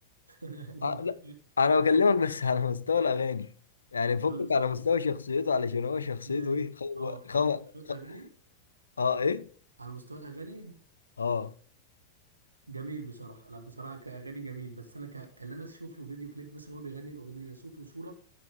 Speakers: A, on the right; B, on the left.
A: <laughs>
B: آه لا انا بكلمك بس على مستوى الاغاني يعني فكك
A: على مستوى
B: على مستوى شخصيته علشان هو شخصيته
A: ماشي
B: ايه خو
A: اه
B: خو
A: على مستوى الاغاني
B: خو اه ايه
A: على مستوى الاغاني
B: اه
A: جميل بصراحه لا بصراحه كاغاني جميل بس انا ك... كان انا اشوف له فيديو كليب مثلا هو بيغني الاغنيه صوت وصوره